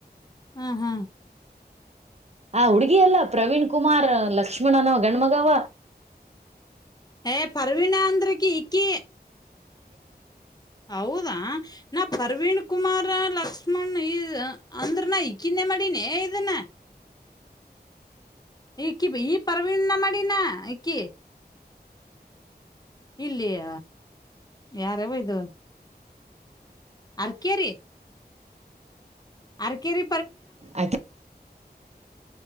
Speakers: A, on the left; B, on the right.
A: ಹ್ಮ್ ಹ್ಮ್
B: ಆ ಹುಡ್ಗಿ ಅಲ್ಲ ಪ್ರವೀಣ್ ಕುಮಾರ್ ಲಕ್ಷ್ಮಣ ಅನವ ಗಂಡ್ಮಗವ.
A: ಏ ಪರ್ವೀಣಾಂಧ್ರಕಿ ಇಕ್ಕಿ. ಹೌದಾ ನಾ ಪರ್ವೀಣ್ ಕುಮಾರ ಲಕ್ಷ್ಮಣ ಈ ಅಂದ್ರ ನ ಈಕಿಂದೆ ಮಾಡನೇ ಇದಾನ. ಈಕಿ ಈ ಪರ್ವೀಣನ ಮಾಡಿನ ಈಕಿ. ಇಲ್ಲಿಯ ಯಾರಾವ ಇದು ಆ ಕೆರೆ ಅ ಕೆರಿ
B: ಆಯ್ತು